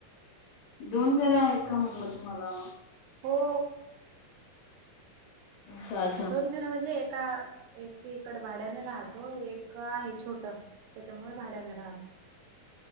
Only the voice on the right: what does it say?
हो.
दोन घरं म्हणजे, एका, एकीकडे भाड्याने राहतो. एक का आहे छोटं. त्याच्यामुळे भाड्यानं राहतो.